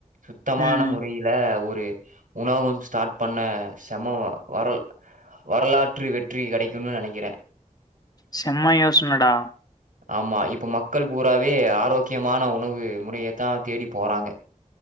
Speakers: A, on the right; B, on the left.
A: சுத்தமான
B: ம்
A: முறையில ஒரு ரு உணவகம் ஸ்டார்ட் பண்ண செம்ம வரல் வரலாற்று வெற்றி கெடைக்கும்னு நெனைக்கிறேன்
B: செம்ம யோசனடா
A: ஆமா இப்ப மக்கள் பூராவே ஆரோக்கியமான உணவு முறையத்தா தேடிப் போறாங்க